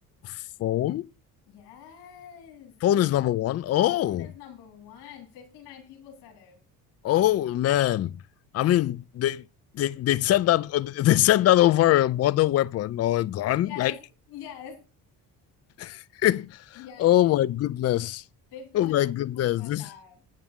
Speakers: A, on the left; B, on the left.
A: phone.
B: Yes.
A: Phone is number one. Oh,
B: Phone is number one. 59 people said it.
A: Oh man, I mean they they they said that <laughs> they said that over a modern weapon or a gun.
B: Yes,
A: Like,
B: yes,
A: <laughs>
B: yes.
A: oh my goodness,
B: 59
A: oh my goodness,
B: people said
A: this.
B: that.